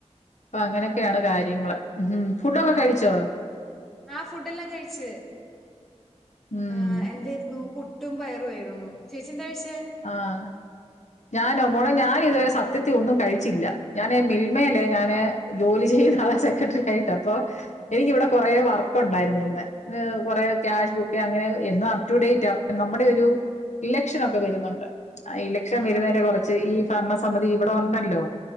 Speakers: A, on the left; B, in the centre.
A: അപ്പൊ അങ്ങനൊക്കെയാണ് കാര്യങ്ങള് ഉം ഫുഡൊക്കെ
B: ആ
A: കഴിച്ചോ
B: ആ ഫുഡ് എല്ലാം കഴിച്ച്
A: ഉം
B: ആ എന്തായിരുന്നു ഫു പുട്ടും പയറുയായിരുന്നു ചേച്ചി എന്താ കഴിച്ച്
A: ആഹ് ഞാനോ മോള് ഞാൻ ഇതുവരെ സത്യത്തി ഒന്നും കഴിച്ചില്ല ഞാന് മിൽമല്ലേ ഞാന് ജോലി ചെയ്ത ആള സെക്രട്ടറി ആയിട്ട് അപ്പൊ എനിക്കിവിടെ കൊറെേ വർക്ക് ഉണ്ടായിരുന്നു ഇന്ന് കൊറെ ക്യാഷ് ബുക്ക് അങ്ങനെ എന്നും അപ്റ്റടു ഡേറ്റ് അപ്പ നമ്മുടെ ഒരു ഇലക്ഷൻ ഒക്കെ വരുന്നുണ്ട് ഇലക്ഷൻ
B: ആഹ്
A: വരുന്നന്റെ
B: ആഹ്
A: കുറച്ച് ഈ ഭരണസമിതി ഇവിടെ ഉണ്ടല്ലോ